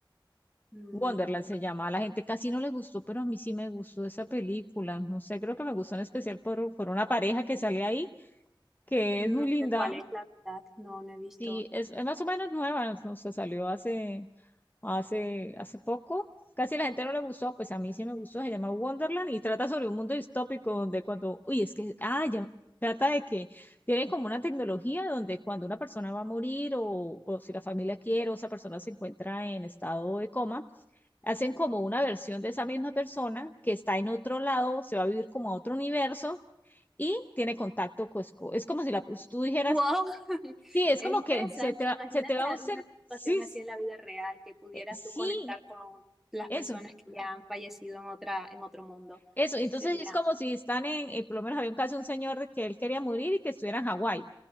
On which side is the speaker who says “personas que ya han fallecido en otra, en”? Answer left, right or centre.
Centre